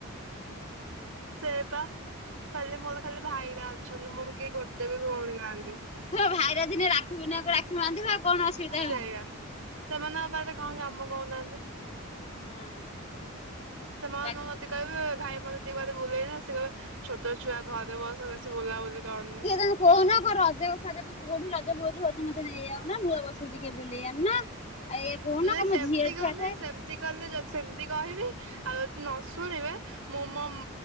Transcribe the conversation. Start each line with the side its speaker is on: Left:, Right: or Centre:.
Right: ସେଇପା ଖାଲି ମୋର ଖାଲି ଭାଇ ରା ଅଛନ୍ତି ମୋର କେହି ଗୋଟେ ବି ଭଉଣୀ ନାହାନ୍ତି।
Left: ହୋ ଭାଇର ଦିନେ ରାକ୍ଷୀ ପୁନିମାକୁ ରାଖି ବାନ୍ଧିବ। କଣ ଅସୁବିଧା
Right: ସେଇଆ
Left: ହଉଛି।
Right: ସେମାନଙ୍କ ପାଖରେ କଣ କାମ କହୁନାହାନ୍ତି।
Left: ହଁ।
Right: ସେମାନେ
Left: ରାକ୍ଷୀ
Right: ମତେ
Left: ପୂର୍ଣ୍ଣିମା
Right: କହିବେ ଭାଇ ମ- ଦି କୁଆଡେ ବୁଲେଇବା ନା ସେ କହିବେ ଛୋଟ ଛୁଆ ଘରେ ବସ ବେଶୀ ବୁଲାବୁଲି କଅରନି।
Left: କିଏ ତାଙ୍କୁ କହୁନ କ ରଜ ଉସା ଯା କୋଉଠି ରଜ ମଉଜ ହଉଛି ମତେ ନେଇ ଯାଉନ ନୂଆ ବର୍ଷକୁ ଟିକେ ବୁଲେଇ ଆଣୁନା। ଆ ଏ କୁହନ
Right: ନାଇଁ ସେମିତି
Left: ମୁଁଝିଅ
Right: କହିଲେ
Left: ଛୁଆ ଟେ
Right: <unintelligible> ସେମିତି କହିବି। ଆଉ ଯଦି ନ ଶୁଣିବେ ମୁଁ ମୋ